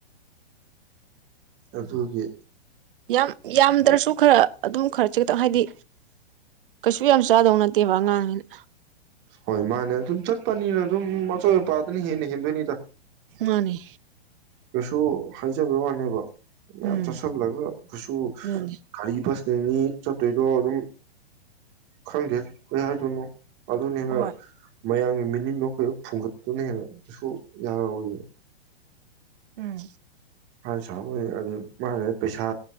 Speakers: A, on the right; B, on the right.
A: ꯑꯕꯨꯒꯤ
B: ꯌꯥꯝ ꯌꯥꯝꯗ꯭ꯔꯁꯨ ꯈꯔ ꯑꯗꯨꯝ ꯈꯔ ꯈꯤꯛꯇꯪ ꯍꯥꯏꯗꯤ ꯀꯩꯁꯨ ꯌꯥꯝ ꯆꯥꯗꯧ ꯅꯠꯇꯦꯕ ꯑꯉꯥꯡꯅꯤꯅ
A: ꯍꯣꯏ ꯃꯥꯅꯦ ꯑꯗꯨꯝ ꯆꯠꯄꯅꯤꯅ ꯑꯗꯨꯝ ꯑꯆꯣꯏ ꯑꯄꯥꯇꯅ ꯍꯦꯟꯅ ꯍꯦꯟꯗꯣꯏꯅꯤꯗ
B: ꯃꯥꯅꯦ
A: ꯀꯩꯁꯨ ꯍꯥꯏꯖꯕ ꯋꯥꯅꯦꯕ ꯃ
B: ꯎꯝ
A: ꯆꯁ ꯂ ꯀꯁꯨ
B: ꯑꯗꯨꯅꯤ
A: ꯀꯒꯥꯔꯤꯕꯁ ꯆꯦꯡꯅꯤ ꯆꯥꯇꯨꯔꯤꯗꯣ ꯑꯗꯨꯝ ꯈꯪꯗꯦ ꯀꯔꯤ ꯍꯥꯏꯗꯣꯏꯅꯣ ꯑꯗꯨ ꯑꯗꯨꯅꯦꯔ
B: ꯍꯣꯏ
A: ꯃꯌꯥꯝꯒꯤ ꯃꯤꯅꯤꯗꯣ ꯑꯩꯈꯣꯏ ꯐꯨꯡꯒꯠꯇꯨꯅ ꯍꯦꯟꯅ ꯀꯁꯨ ꯌꯥꯔꯏ
B: ꯎꯝ
A: ꯍꯥꯏ ꯁꯥꯕꯅꯤ ꯑꯗꯨ ꯃꯥꯅ ꯄꯩꯁꯥ